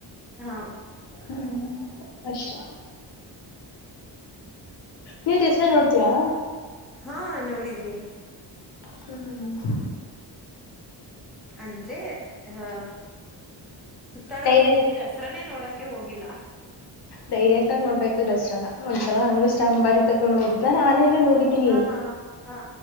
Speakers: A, in the centre; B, on the left (about 65°).
A: ಹಾ.
B: ಹ್ಮ್ ಅಷ್ಟೇ ನೀವ ದಸರ ನೋಡ್ತೀಯಾ.
A: ಹಾ ನೋಡಿದ್ದೀನಿ.
B: ಹ್ಮ್.
A: ಅಂದ್ರೆ ಹಹ. ಸುತ್ತಾಡಕ್
B: ಡೈರೆಕ್ಟ್
A: ಹೋಗಿದ್ದೀವಿ ದಸರಾನೇ ನೋಡಕ್. ಅದಕ್ಕೆ ಹೋಗಿಲ್ಲ
B: ಡೈರೆಕ್ಟ್ ಆಗಿ ನೋಡ್ಬೇಕು ಒಸೆಂಗ <inaudible> ಹೋಲಿಕೆ ಇಲ್ಲ ಚೇಂಬರ್ ಗೆ ಕರಕೊಂಡು ಹೋದೆ ನಾನೆಲ್ಲ ನೋಡಿದೀನಿ
A: ಹಾ ಹಾ